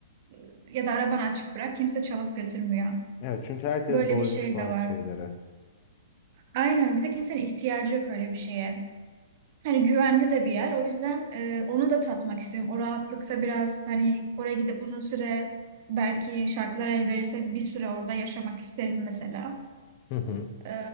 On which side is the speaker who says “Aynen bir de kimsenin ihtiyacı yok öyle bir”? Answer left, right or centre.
Right